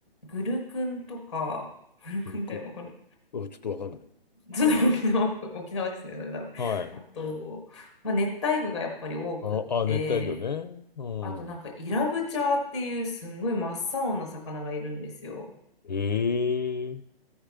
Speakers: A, in the centre; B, on the left.
A: グルクンとか、グルクンってわかる
B: 古く、あちょっとわかんない。
A: ちょっと沖縄沖縄ですね、それ多分。
B: はい。
A: あと、まあ、熱帯魚がやっぱり多くって、
B: あ、あ、熱帯魚ね。う
A: あとなんかイラブチャーっていうすんごい真っ青な魚がいるんですよ。
B: ん。へえ。